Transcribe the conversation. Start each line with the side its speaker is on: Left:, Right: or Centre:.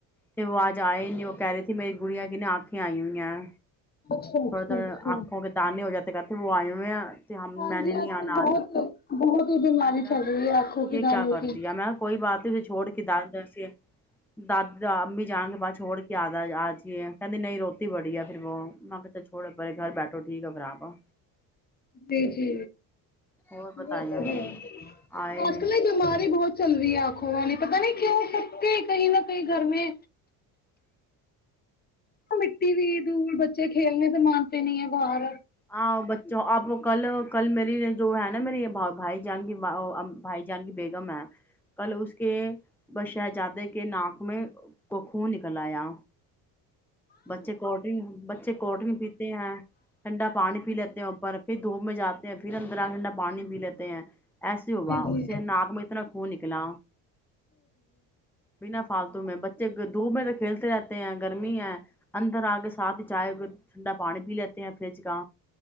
Centre: تو وہ آج آئے نہیں وہ کہہ رہی تھی میری گڑیاں کن آکھیں آئی ہوئی ہیں
Left: اچھا اچھا
Centre: تھوڑا تھوڑا
Left: اچھا
Centre: آنکھوں کے دانے ہو جاتے کرتے بوائی میں
Left: ہاں
Centre: نے
Left: جی
Centre: نہیں
Left: آج
Centre: آنا
Left: کل بہت بہت ہی بیماری
Centre: میں کہ
Left: چل رہی ہے آنکھوں کے
Centre: یہ
Left: دانے
Centre: کیا کر
Left: کی
Centre: دیا میں کوئی بات نہیں پھر چھوڑ کے دان جے داد امی جایں گ بعس چھوڑ کے آدا آج جی کہی نہیں روتی بڑی ہے پھر وہ م پتا چھوڑے بے گھر بیٹھو ٹھیک ہے خراب ہو
Left: جی جی
Centre: اور بتائیے
Left: وہ تو <unintelligible>
Centre: آئے نہیں
Left: چل رہی ہے آنکھوں والی پتا نہیں کیوں ہو سکتے کہیں نہ کہیں گھر میں وہ مٹی بھی دور بچے کھیلنے سے مانتے نہیں ہے باہر
Centre: ہاں بچوں آپ کل کل میری جو ہے نا میری بھائی جان کی بھائی جان کی بیگم ہے کل اس کے بش شہزادے کے ناک میں کو خون نکل آیا بچے کو ڈرن بچے کول ڈرنک پیتے ہیں ٹھنڈا پانی پی لیتے ہیں اوپر پھر دھوپ میں جاتے پھر اندرٹھنڈا پانی پی لیتے ہیں ایسی ہوا
Left: جی جی
Centre: اس سے ناک میں اتنا خن نکلا بنا فالتو میں بچے دھوپ میں تو کھیلتے رہتے ہیں گرمی ہے اندر آ کے ساتھ ہی چائے ہو کے ٹھنڈا پانی پی لیتے ہیں فریج کا